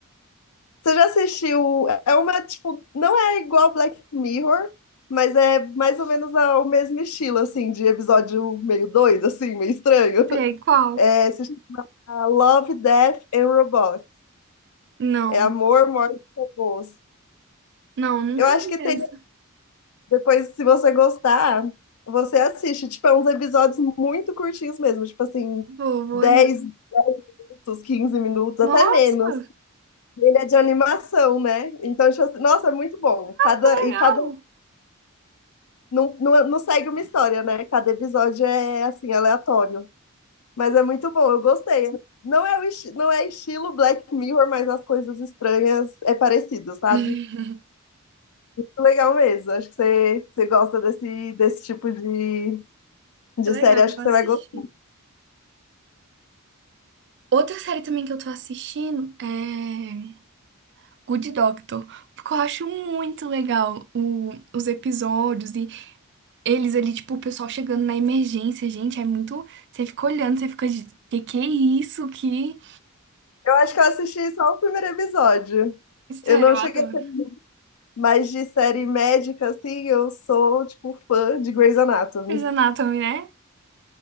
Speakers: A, on the left; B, on the right.
A: Você já assistiu... É uma, tipo, não é igual Black Mirror, mas é mais ou menos o mesmo estilo, assim, de episódio meio doido, assim, meio estranho.
B: Sei
A: <laughs>
B: qual?
A: É, se Ah, Love, Death and Robot.
B: Não,
A: É Amor, Morte e Robôs.
B: não, nunca
A: Eu acho
B: vi
A: que
B: essa.
A: tem. Depois, se você gostar, você assiste. Tipo, é uns episódios muito curtinhos mesmo. Tipo assim,
B: Vou, vou
A: dez,
B: olhar.
A: 10 minutos, 15 minutos, até
B: Nossa,
A: menos. E Ele é de animação, né? Então, tipo assim, nossa, é muito bom. Cada,
B: que
A: e
B: legal.
A: cada. Não, não, não segue uma história, né? Cada episódio é, assim, aleatório. Mas é muito bom, eu gostei. Não é, o esti- não é estilo Black Mirror, mas as coisas estranhas é parecido, sabe?
B: <laughs>
A: Legal mesmo. Acho que você, você gosta desse, desse tipo de, de
B: Que legal,
A: série. Acho
B: vou
A: que você
B: assistir.
A: vai gostar.
B: Outra série também que eu tô assistindo é. Good Doctor, porque eu acho muito legal o- os episódios e eles ali, tipo, o pessoal chegando na emergência, gente, é muito. Você fica olhando, você fica de. Que que é isso? Que.
A: Eu acho que eu assisti só o primeiro episódio.
B: Sério,
A: Eu não
B: eu
A: cheguei
B: adoro.
A: a ter mais de série médica, assim. Eu sou, tipo, fã de Grey's Anatomy.
B: Grey's Anatomy, né?